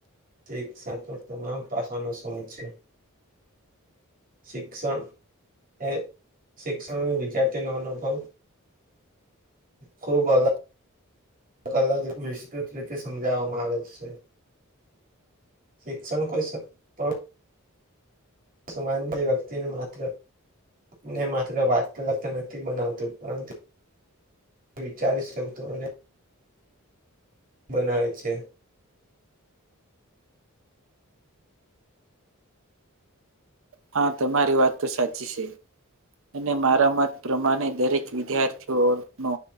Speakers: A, on the right (about 40°); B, on the right (about 60°).
A: તે સાંતો તમામ પાસાનો સમૂહ છે. શિક્ષણ એ શિક્ષણ વિદ્યાર્થીનો અનુભવ ખૂબ અ અલગ વિસ્તૃત રીતે સમજાવવામાં આવે છે. શિક્ષણ કોય શ પણ સમાન તે વ્યક્તિનું માત્ર ને માત્ર વાતત નથી બનાવતું પરંતુ એ વિચારસ શકતું અને બનાવે છે.
B: હા તમારી વાત તો સાચી છે અને મારા મત પ્રમાણે દરેક વિદ્યાર્થીઓનો